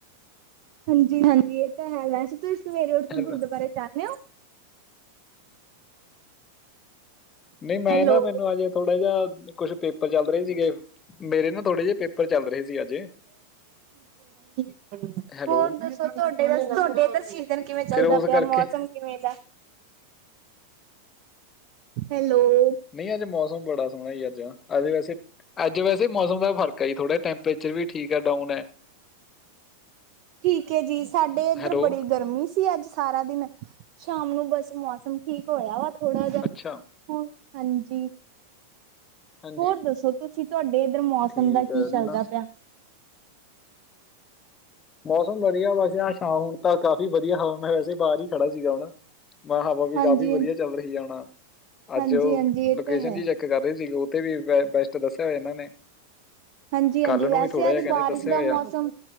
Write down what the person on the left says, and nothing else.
ਫਿਰ
ਨਹੀਂ ਮੈਂ
ਨਾ ਮੈਨੂੰ ਅਜੇ ਥੋੜਾ ਜਿਹਾ ਕੁਛ ਪੇਪਰ ਚੱਲ ਰਹੇ ਸੀਗੇ, ਮੇਰੇ ਨਾ ਥੋੜੇ ਜਿਹੇ ਪੇਪਰ ਚੱਲ ਰਹੇ, ਸੀ ਅਜੇ,
ਹੈਲੋ
ਫਿਰ ਉਸ
ਕਰਕੇ
ਨਹੀਂ ਅੱਜ ਮੌਸਮ ਬੜਾ ਸੋਹਣਾਈ ਅੱਜ ਆ, ਅੱਜ ਵੈਸੇ -ਅੱਜ ਵੈਸੇ ਮੌਸਮ ਦਾ ਫਰਕ ਆ ਜੀ ਥੋੜਾ ਟੈਂਪਰੇਚਰ ਵੀ ਠੀਕ ਆ ਡਾਊਨ ਆ,
ਹੈਲੋ
ਅੱਛਾ
ਹਾਂਜੀ
ਠੀਕ
ਹੈ
ਨਾ
ਮੌਸਮ ਵਧੀਆ ਵੈਸੇ ਸ਼ਾਮ ਹੁਣ ਤਾਂ ਕਾਫ਼ੀ ਵਧੀਆ ਹਵਾ ਮੈਂ ਵੈਸੇ ਬਾਹਰ ਹੀ ਖੜਾ ਸੀਗਾ ਹਣਾ। ਮਾਂ ਹਵਾ ਵੀ
ਕਾਫ਼ੀ ਵਧੀਆ ਚੱਲ ਰਹੀ ਆਣਾ
ਅੱਜ ਲੋਕੇਸ਼ਨ
ਜੀ ਚੈੱਕ ਕਰ ਰਹੇ ਸੀਗੇ ਉਹਥ ਵੀ ਬੈਸਟ ਦੱਸਿਆ ਹੋਇਆ ਇਹਨਾਂ ਨੇ।
ਕੱਲ
ਨੂੰ ਵੀ ਥੋੜਾ
ਜਿਹਾ ਕਹਿੰਦੇ
ਦੱਸਿਆ
ਹੋਇਆ